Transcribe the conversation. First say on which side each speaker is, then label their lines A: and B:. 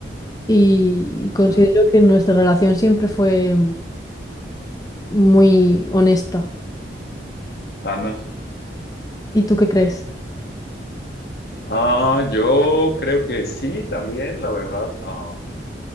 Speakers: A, on the left (about 20°); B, on the left (about 55°).
A: y considero
B: Ah,
A: que nuestra relación siempre fue muy honesta.
B: Ana.
A: ¿Y tú qué crees?
B: Ah, yo creo que sí, también, la verdad. Ah,